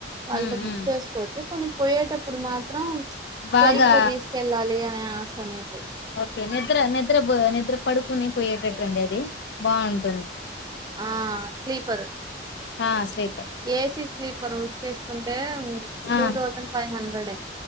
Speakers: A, on the right; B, on the left.
A: వాళ్ళతో
B: ఉమ్
A: బుక్
B: ఉమ్
A: చేసుకోవచ్చు కానీ పోయేటప్పుడు మాత్రం
B: బాగా
A: ఫ్లైట్ లో తీసుకెళ్ళాలి అ ఆ సన్నడిది
B: ఓకే నిద్ర ని నిద్ర నిద్ర పడుకుని పోయేటటువండంటి బాగుంటుంది
A: ఆ స్లీపరు
B: హ sleep
A: A C sleeper book చేసుకుంటే
B: ఆ
A: టూ థౌజండ్ ఫైవ్ హండ్రెడ్ ఏ